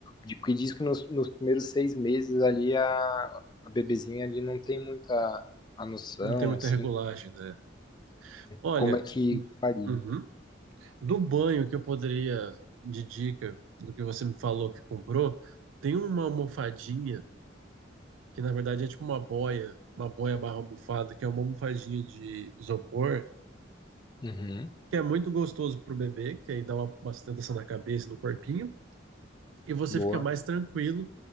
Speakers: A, on the left; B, on the right.
A: De, que diz que nos, nos primeiros seis meses ali a, a bebezinha ali não tem muita a noção,
B: Não tem muita
A: assim,
B: regulagem, né? Olha.
A: como é que
B: hum,
A: faria.
B: uhum. Do banho que eu poderia, de dica do que você me falou que comprou, tem uma almofadinha que na verdade é tipo uma boia, uma boia barra almofada, que é uma almofadinha de isopor,
A: Uhum,
B: que é muito gostoso pro bebê, que aí dá uma, uma sustentação na cabeça, e no corpinho, e você
A: boa.
B: fica mais tranquilo